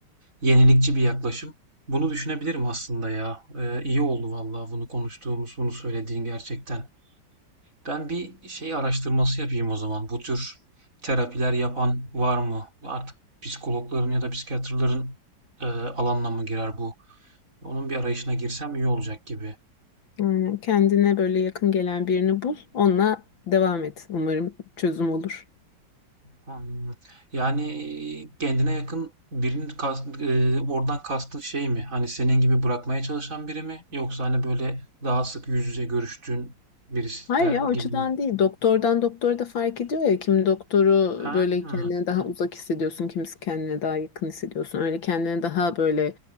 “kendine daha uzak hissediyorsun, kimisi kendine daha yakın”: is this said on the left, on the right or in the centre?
Left